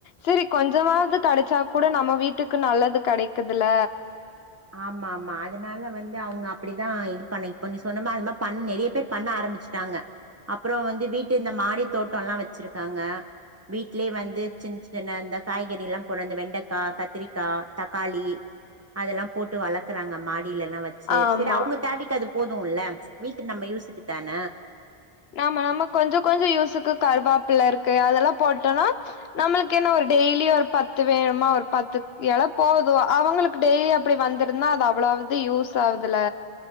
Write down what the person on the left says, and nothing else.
சரி கொஞ்சமாவது கெடைச்சா கூட நம்ம வீட்டுக்கு நல்லது கெடைக் குதுல்ல
ஆமா
நாம நமக் கொஞ்சோ கொஞ்சோ யூஸுக்கு கருவாப்பல இருக்கு அதெல்லா போட்டோன்னா நம்ளுக்கு என்ன ஒரு டெய்லி ஒரு பத்து வேணுமா ஒரு பத்து எல போதூ அவங்ளுக்கு டெய்லி அப்டி வந்திருந்தா அது அவ்ளாவ்து யூஸ் ஆவுதுல